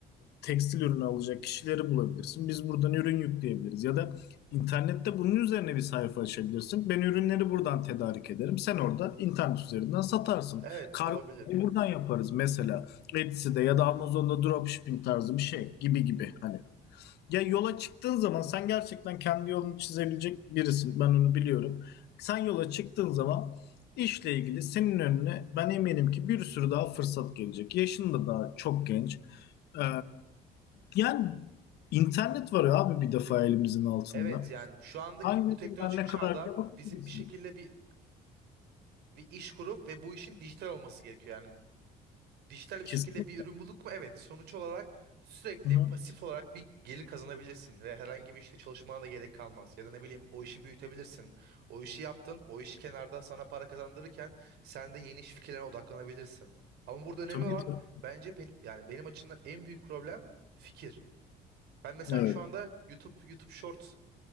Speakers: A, on the left; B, on the right.
A: tekstil ürünü alacak kişileri bulabilirsin. Biz buradan ürün yükleyebiliriz. Ya da internette bunun üzerine bir sayfa açabilirsin. Ben ürünleri buradan tedarik ederim. Sen orada internet üzerinden satarsın.
B: Evet
A: Kargo
B: olabilir.
A: buradan yaparız mesela. Etsy'de ya da Amazon'da dropshipping tarzı bir şey gibi gibi. Hani ya yola çıktığın zaman sen gerçekten kendi yolunu çizebilecek birisin. Ben onu biliyorum. Sen yola çıktığın zaman işle ilgili senin önüne ben eminim ki bir sürü daha fırsat gelecek. Yaşın da daha çok genç. Ee, yani internet var ya abi bir defa elimizin altında.
B: Evet yani şu andaki
A: Hangisinden
B: bu teknolojik
A: ne
B: çağda
A: kadar bile bakabilirsin.
B: bizim bir şekilde bir bir iş kurup ve bu işin dijital olması gerekiyor. Yani dijital bir
A: Kesinlikle.
B: şekilde bir ürün bulduk mu? Evet. Sonuç olarak sürekli
A: Hı-hı.
B: pasif olarak bir gelir kazanabilirsin ve herhangi bir işte çalışmana da gerek kalmaz. Ya da ne bileyim o işi büyütebilirsin. O işi yaptın, o iş kenarda sana para kazandırırken sen de yeni iş fikirlerine odaklanabilirsin. Ama burada önemli
A: Tabii
B: olan
A: tabii.
B: bence benim yani benim açımdan en büyük problem fikir. Ben mesela
A: Evet.
B: şu anda YouTube YouTube Shorts